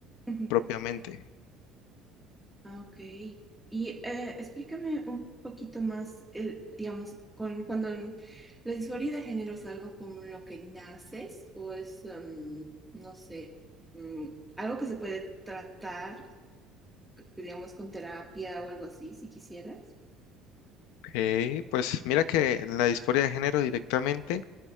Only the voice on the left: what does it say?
Propiamente.
Ok, pues mira que la disforia de género directamente